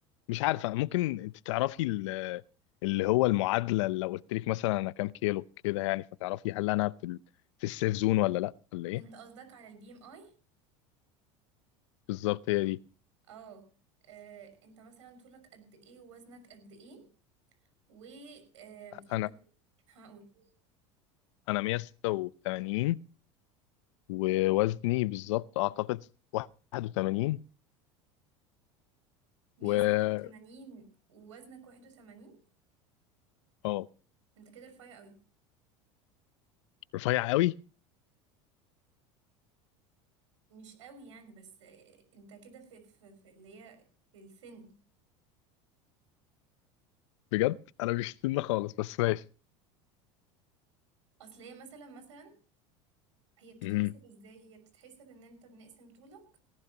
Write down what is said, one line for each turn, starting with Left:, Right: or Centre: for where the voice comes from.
Left: مش عارفه ممكن انت تعرفي ال- اللي هو المعادله لو قلت لك مثلا انا كام كيلو كده يعني فتعرفي هل انا في ال- في السيف زون ولا لا ولا ايه
Right: انت قصدك على البي ام اي
Left: بالظبط هي دي
Right: اه آه، انت مثلا طولك قد ايه ووزنك قد ايه و آم، انت
Left: انا
Right: هقول
Left: انا 186 ووزني بالظبط اعتقد 81
Right: 186
Left: و
Right: ووزنك 81
Left: اه
Right: انت كده رفيع قوي
Left: رفيع قوي
Right: مش قوي يعني بس آه، انت كده في, في, في اللي هي في السن
Left: بجد انا مش سنة خالص بس ماشي
Right: اصل هي مثلا مثلا هي بتتحسب
Left: امم
Right: ازاي هي بتتحسب ان انت بنقسم طولك